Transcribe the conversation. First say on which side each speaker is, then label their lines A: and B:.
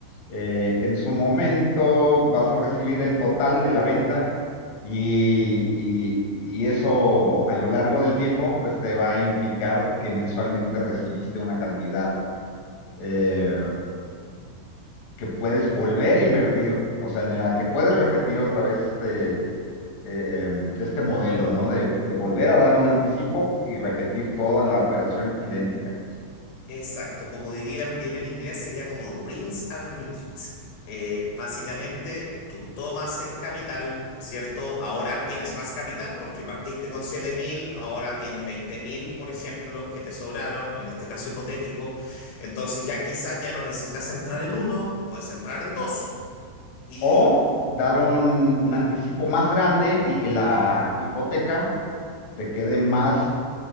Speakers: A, on the left; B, on the left.
A: eh, en su momento vas a recibir el total de la venta y, y- y eso a lo largo del tiempo pues te va a implicar que mensualmente recibiste una cantidad eh, que puedes volver a invertir, o sea, en la que puedes repetir otra vez este, eh, em, este modelo, ¿no? De, de volver a dar un anticipo y repetir toda la operación idéntica.
B: Exacto, como dirían bien en inglés, sería como rinse and repeat. Eh, básicamente, tú tomas el capital, ¿cierto? Ahora tienes más capital porque partiste con 7.000, ahora tienes 20.000, por ejemplo, que te sobraron, en este caso hipotético. Entonces ya quizás ya no necesitas entrar en uno, puedes entrar en dos. Y
A: O dar un, un anticipo más grande y que la hipoteca te quede más